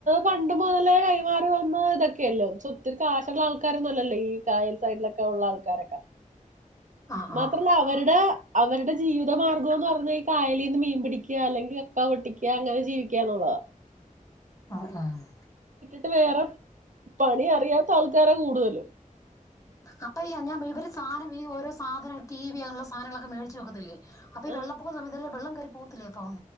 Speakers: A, on the right; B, on the left.
A: പണ്ട് മുതലേ കൈമാറി വന്ന ഇതൊക്കെ ഒത്തിരി കാശുള്ളള്ള ആൾക്കാരൊന്നുംുമല്ലല്ലേ ഈ കായൽ സൈഡിലൊക്കെ ഉള്ള ആൾക്കാരൊക്കെ
B: ആഹ്
A: മാത്രല്ല
B: ആഹ്
A: അവരുടെ അവരുടെ ജീവിതമാർഗം എന്ന് പറഞ്ഞാ ഈ കായലിൽീന്ന് മീൻ പിടിക്കുക അല്ലെങ്കിൽ കക്ക പൊട്ടിക്കുക അങ്ങനെ ജീവിക്കാന്നുള്ളതാ <inaudible>
B: ആഹ ആഹ
A: ് വേറെ പണി അറിയാത്ത ആൾക്കാരാ കൂടുതലും
B: അപ്പൊ ഈ ഞാൻ ഇവര് സാധനം ഈ ഓരോ സാധന ടി വിിയ അാനുള്ള സധനങ്ങളൊക്കെ മേടച്ച് വെക്കത്തില്ലേ അപ്പൊ ഈ
A: ആ
B: വെള്ളപ്പൊകുന്ന സമയത്ത്ല്ല വെള്ളം കറി പോകത്തില്ലേ അപ്പ